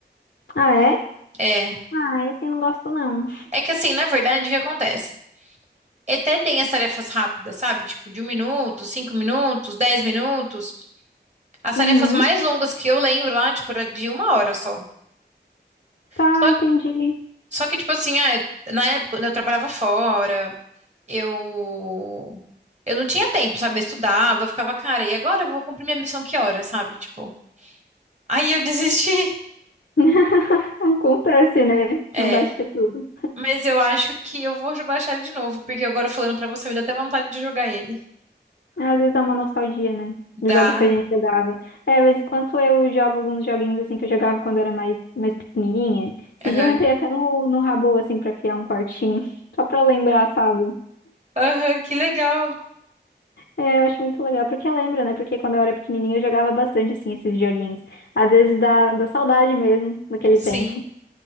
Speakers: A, on the left; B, on the right.
A: ah é?
B: É.
A: Ah, esse eu não gosto, não.
B: É que assim, na verdade, o que acontece? Até tem as tarefas rápidas, sabe? Tipo, de um minuto, cinco minutos, dez minutos. As
A: Uhum.
B: tarefas mais longas que eu lembro lá, tipo, era de uma hora só.
A: Tá,
B: Só,
A: entendi.
B: só que, tipo assim, ah, eu- na época, quando eu trabalhava fora, eu. Eu não tinha tempo, sabe? Eu estudava, eu ficava, cara, e agora eu vou cumprir minha missão que hora, sabe? Tipo. Aí eu desisti. <laughs>
A: <laughs> Acontece, né?
B: É.
A: Não dá de ter tudo.
B: Mas eu acho que eu vou baixar ele de novo, porque agora falando pra você, me dá até vontade de jogar ele.
A: Às vezes dá uma nostalgia, né?
B: Dá.
A: Dos jogos que a gente jogava. É, de vez em quando eu jogo alguns joguinhos assim que eu jogava quando era mais, mais pequenininha. Esse
B: Aham.
A: dia eu entrei até no, no Habbo, assim, pra criar um quartinho. <laughs> Só pra lembrar, sabe?
B: Aham, que legal.
A: É, eu acho muito legal. Porque lembra, né? Porque quando eu era pequenininha eu jogava bastante, assim, esses joguinhos. Às vezes dá, dá saudade mesmo daquele
B: Sim,
A: tempo.